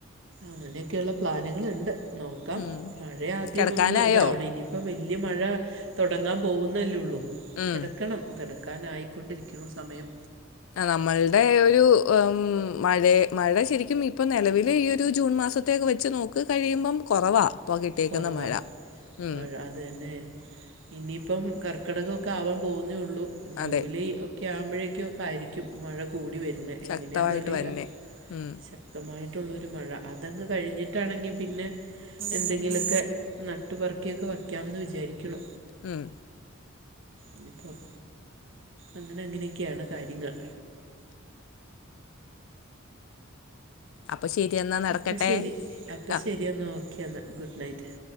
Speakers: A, on the right; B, on the left.
A: അങ്ങനെയൊക്കെയുള്ള പ്ലാനുകളുണ്ട്. നോക്കാം
B: ഉം
A: മഴ ആദ്യം
B: കിടക്കാനായോ
A: ഒന്ന് ഇതാവണം ഇനി പ്പം വല്യ മഴ തുടങ്ങാൻ പോകുന്നല്ലേള്ളൂ
B: ഉം
A: കിടക്കണം കിട ക്കാനായിക്കൊണ്ടിരിക്കുന്നു സമയം
B: നമ്മൾടെ ഒരു ഉം മഴേ മഴ ശരിക്കും ഇപ്പൊ നിലവിലെ ഈ ഒരു ജൂൺ മാസത് ത്തേക്ക് വെച്ച് നോക്ക് കഴിയുമ്പം കുറവാ ഇപ്പോ കിട്ടേക്കുന്ന
A: കുറവാണ്
B: മഴ ഉം
A: മഴ അത് തന്നെ ഇനിയിപ്പം കർക്കിടകൊക്കെ ആവാൻ പോകുന്നേയൊള്ളൂ ജൂലൈ
B: അതെ
A: ഒ ഒക്കെ ആവുമ്പോഴേക്കൊക്കെ ആയിരിക്കും മഴ കൂടി വരുന്നെ എങ്ങനെയാന്നറിയില്ല.
B: ശക്തമായിട്ട് തന്നെ ഉം,
A: ശക്തമായിട്ടുള്ളൊരു മഴ അതങ്ങ് കഴിഞ്ഞിട്ടാണെങ്കിൽ പിന്നെ എന്തെ ങ്കിലൊക്കെ നട്ട്പർക്കിയൊക്കെ വയ്ക്കാമന്ന് വിചാരിക്ക്ണു
B: ഉം
A: ഇനിപ്പം അങ്ങനെ അങ്ങനെയൊക്കെയാണ് കാര്യങ്ങൾ
B: അപ്പൊ ശരി എന്നാ നടക്കട്ടെ
A: അപ്പം ശരി അപ്പം
B: ആ
A: ശരി എന്നാ ഒക്കെന്നാ ഗുഡ് നൈറ്റ്